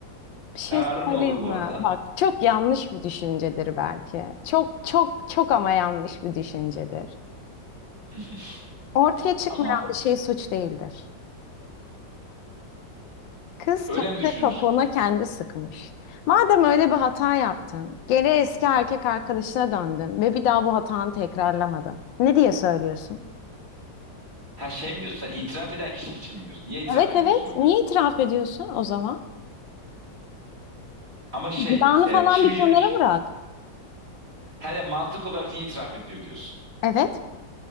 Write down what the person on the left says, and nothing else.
Bir şey
söyleyeyim
mi?
Bak çok yanlış bir düşüncedir belki. Çok çok çok ama yanlış bir düşüncedir.
Ortaya çıkmayan
bir şey suç değildir. Kız
kendi
topuğuna kendi sıkmış. Madem öyle bir hata yaptın, geri eski erkek arkadaşına döndün ve bir daha bu hatanı tekrarlamadın. Ne diye söylüyorsun?
Evet
evet.
Niye
itiraf ediyorsun o zaman?
Vicdanı
falan
bir
kenara bırak.
Evet.